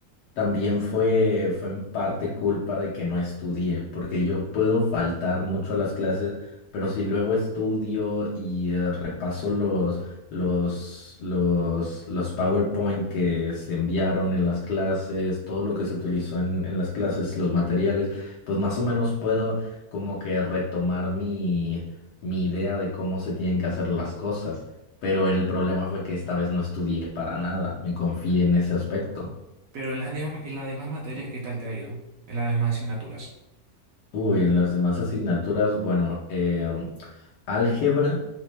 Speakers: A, on the left; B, on the right.
A: también fue, fue en parte culpa de que no estudié, porque yo puedo faltar mucho a las clases, pero si luego estudio y eh, repaso los, los, los, los PowerPoint que se enviaron en las clases, todo lo que se utilizó en, en las clases, los materiales, pues más o menos puedo como que retomar mi, mi idea de cómo se tienen que hacer las cosas. Pero el problema fue que esta vez no estudié para nada, me confié en ese aspecto.
B: Pero en las demás, en las demás materias, ¿qué tal te ha ido? En las demás asignaturas.
A: Uy, en las demás asignaturas, bueno, em, álgebra,